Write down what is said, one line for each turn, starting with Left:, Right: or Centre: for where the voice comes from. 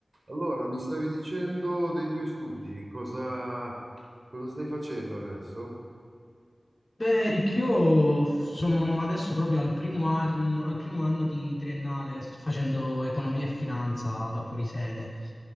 Right: Allora, mi stavi dicendo dei tuoi studi, cosa, cosa stai facendo adesso?
Left: Beh, Eric, io f- sono adesso proprio al primo anno, al primo anno di triennale, sto facendo economia e finanza da fuorisede